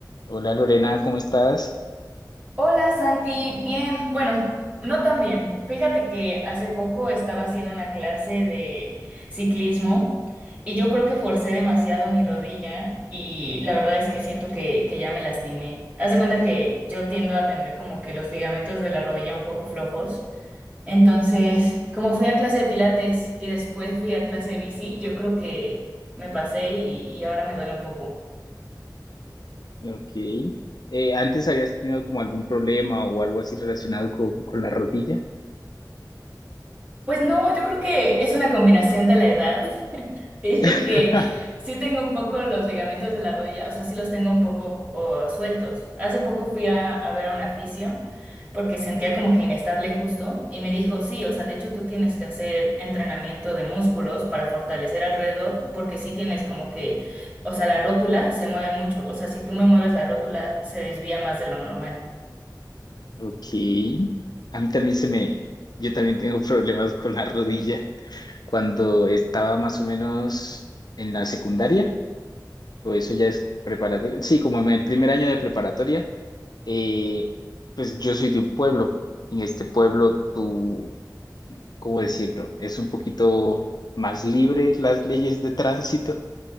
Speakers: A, on the left (about 65°); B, on the right (about 20°).
A: Hola Lorena, ¿cómo estás?
B: Hola Santi, bien, bueno, no tan bien. Fíjate que hace poco estaba haciendo una clase de ciclismo y yo creo que forcé demasiado mi rodilla y la verdad es que siento que, que ya me lastimé. Haz de cuenta que yo tiendo a tener como que los ligamentos de la rodilla un poco flojos. Entonces, como fui a clase de pilates y después fui a clase de bici, yo creo que me pasé y, y ahora me duele un poco.
A: Ok. Eh, ¿antes habías tenido como algún problema o algo así relacionado con, con la rodilla?
B: Pues no, yo creo que es una combinación de la edad <laughs> Tiene que,
A: <laughs>
B: sí tengo un poco los ligamentos de la rodilla, o sea, sí los tengo un poco o, sueltos. Hace poco fui a, a ver a un fisio porque sentía como que inestable justo y me dijo, sí, o sea, de hecho tú tienes que hacer entrenamiento de músculos para fortalecer alrededor porque sí tienes como que, o sea, la rótula se mueve mucho, o sea, si tú me mueves la rótula se desvía más de lo normal.
A: Ok. A mí también se me, yo también tengo problemas con la rodilla. Cuando estaba más o menos en la secundaria, o eso ya es preparatoria, sí, como en el primer año de preparatoria, eh, pues yo soy de un pueblo. En este pueblo, tú, ¿cómo decirlo? Es un poquito más libre las leyes de tránsito.